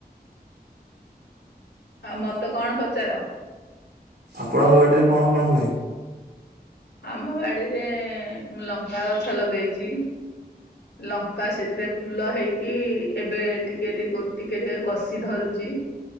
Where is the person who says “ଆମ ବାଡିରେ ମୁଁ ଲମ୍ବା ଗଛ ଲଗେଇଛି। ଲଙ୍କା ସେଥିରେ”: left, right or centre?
Left